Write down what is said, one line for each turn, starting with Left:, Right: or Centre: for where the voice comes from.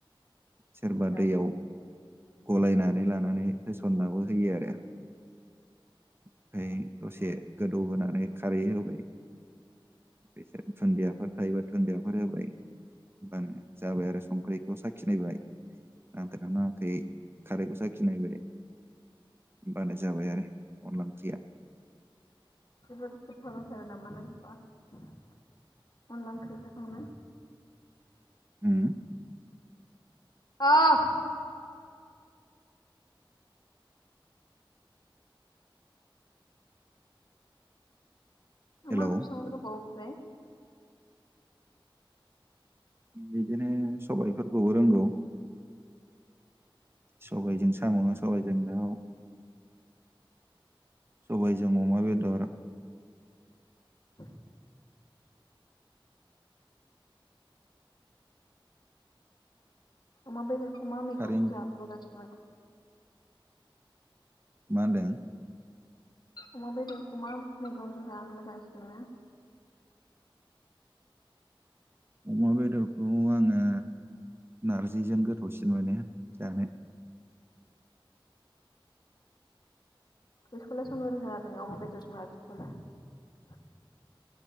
Right: सोरबा
Left: औ
Right: दैयाव गलायनानै लानानै फसननाबो होयो आरो ओमफ्राय दसे गोदौहोनानै खारै होबाय बिसोर दुन्दियाफोर थायोबा दुुनन्दियाफोर होबाय होनोमबानो जाबाय आरो संख्रिखौ साखिनायबाय नांगोना नाङाखैै खारैखौ साखिनायबाय होमबानो जाबाय आरो अनला ओंख्रिया।
Left: जोबोद गोथाव जाथारो नामा नों <unintelligible>
Right: उम
Left: औ
Right: हेलौ
Left: मा ओंख्रि संनो रोबावो <unintelligible>
Right: बिदिनो सबायफोरखौबो रोंगौ। सबायजों साम' सबायजों दाउ सबायजों अमा बेदर
Left: औ अमा बेदर मा मैगंजों
Right: खारै
Left: जानो मोजांसिन <inaudible>
Right: मा होनदों?
Left: अमा बेदरखौ मा मैगं जानो मोजांसिन मोनो?
Right: अमा बेदरखौ आङो नारजिजों गोथावसिन मोनो जानो
Left: बेखौलाइ सनो रोंगोना रोंआ अमा बेदर जों नारजिखौलाइ